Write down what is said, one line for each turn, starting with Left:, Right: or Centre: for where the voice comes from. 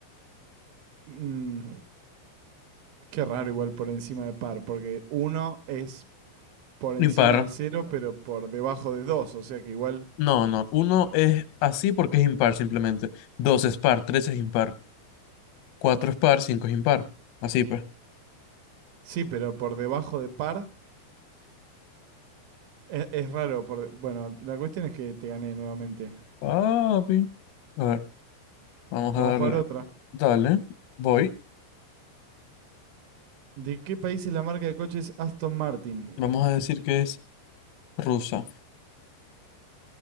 Right: Mm, qué raro igual por encima de par, porque uno es por encima
Left: Impar.
Right: de cero, pero por debajo de dos. O sea que igual...
Left: No, no. Uno es así porque es impar simplemente. Dos es par, tres es impar. Cuatro es par, cinco es impar. Así pues.
Right: Sí, pero por debajo de par es, es raro. por de- Bueno, la cuestión es que te gané nuevamente.
Left: Papi. A ver, vamos
Right: Vamos
Left: a darle.
Right: a jugar otra.
Left: Dale, voy.
Right: ¿De qué país es la marca de coches Aston Martin?
Left: Vamos a decir que es rusa.